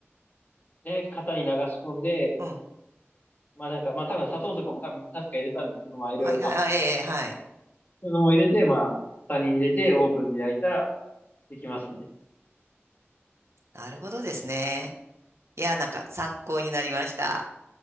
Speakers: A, on the left; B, on the right.
A: で、型に流し込んで、
B: うん。
A: まあなんか、まあ多分砂糖とかも多分確か入れたんですけど、まあいろいろ卵とか、
B: はい、はい、あええ、はい。
A: そういうのも入れて、まあ、型に入れてオーブンで焼いたらできますね。
B: なるほどですね。いや、なんか参考になりました。